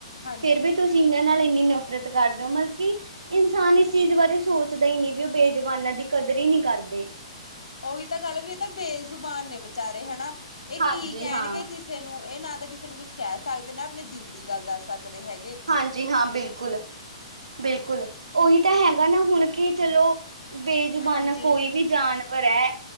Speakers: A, on the left; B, on the right.
A: ਹਾਂਜੀ
B: ਫੇਰ ਵੀ ਤੁਸੀਂ ਇਹਨਾਂ ਨਾਲ ਇੰਨੀ ਨਫ਼ਰਤ ਕਰਦੇ ਹੋ ਮਤਲਬ ਕਿ ਇਨਸਾਨ ਇਸ ਚੀਜ਼ ਬਾਰੇ ਸੋਚਦੇ ਹੀ ਨ ਨਹੀਂ ਵੀ ਉਹ ਬੇਜਬਾਨਾਂ ਦੀ ਕਦਰ ਹੀ ਨਹੀਂੀ ਕਰਦੀ <inaudible>
A: ਉਹੀ ਤਾਂ ਗੱਲ ਵੀ ਇਹ ਤਾਂ ਬੇਜ਼ੁਬਾਨ ਨੇ ਵਿਚਾਰੇ ਹਨਾ ਇਹ
B: ਹਾਂਜੀ
A: ਕੀ ਕਹਿਣਗੇ
B: ਹਾਂ
A: ਕਿਸੇ ਨੂੰ ਇਹ ਨਾ ਕਿਸੇ ਨੂੰ ਕੁਛ ਕਹਿ ਸਕਦੇ ਨਾ ਆਪਣੇ ਦਿਲ ਦੀ ਗੱਲ ਦੱਸ ਸਕਦੇ ਹੈਗੇ।
B: ਹਾਂਜੀ ਹਾਂ ਬਿਲਕੁਲ ਬਿਲਕੁਲ ਉਹੀ ਤਾਂ ਹੈਗਾ ਨਾ ਹੁਣ ਕੀ ਚਲੋ ਬੇਜ਼ੁਬਾਨਾ
A: ਹਾਂਜੀ
B: ਕੋਈ ਵੀ ਜਾਨਵਰ ਹੈ